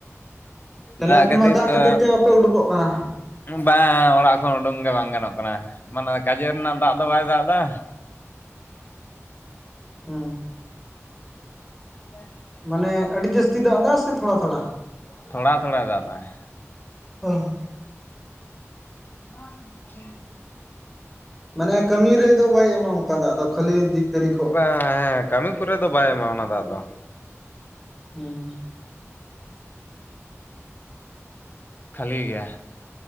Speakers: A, in the centre; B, on the left.
A: ᱛᱟᱦᱞᱮ
B: ᱫᱟᱜ
A: ᱟᱯᱮ
B: ᱠᱷᱟᱹᱛᱤᱨ
A: ᱢᱟ
B: ᱛᱮ
A: ᱵᱟᱯᱮ ᱩᱰᱩᱠᱚᱜ ᱠᱟᱱᱟ
B: ᱵᱟᱝ ᱚᱲᱟᱜ ᱠᱷᱚᱱ ᱩᱰᱩᱝ ᱜᱮ ᱵᱟᱝ ᱜᱟᱱᱚᱜ ᱠᱟᱱᱟ ᱢᱟᱱᱮ ᱠᱟᱡᱮᱨ ᱨᱮᱱᱟᱜ ᱫᱟᱜ ᱫᱚ ᱵᱟᱭ ᱫᱟᱜ ᱮᱫᱟ
A: ᱦ
B: <inaudible>
A: ᱢᱟᱱᱮ ᱟᱹᱰᱤ ᱡᱟᱹᱥᱛᱤ ᱫᱟᱜ ᱮᱫᱟ ᱥᱮ ᱛᱷᱚᱲᱟ ᱛᱷᱚᱲᱟ?
B: ᱛᱷᱚᱲᱟ ᱛᱷᱚᱲᱟᱭ ᱫᱟᱜ ᱮᱫᱟᱭ
A: <unintelligible>
B: <unintelligible>
A: ᱢᱟᱱᱮ ᱠᱟᱹᱢᱤ ᱨᱮᱫᱚ ᱵᱟᱭ ᱮᱢᱟᱢ ᱠᱟᱫᱟ ᱟᱫᱚ ᱠᱷᱟᱹᱞᱤ ᱫᱤᱠ ᱫᱟᱨᱮ ᱠᱚ
B: ᱵᱟᱝ ᱦᱮᱸ ᱠᱟᱹᱢᱤ ᱠᱚᱨᱮ ᱫᱚ ᱵᱟᱭ ᱮᱢᱟ ᱚᱱᱟ ᱫᱟᱜ ᱫᱚ᱾
A: ᱦᱩᱸ
B: ᱠᱷᱟᱹᱞᱤ ᱜᱮᱭᱟ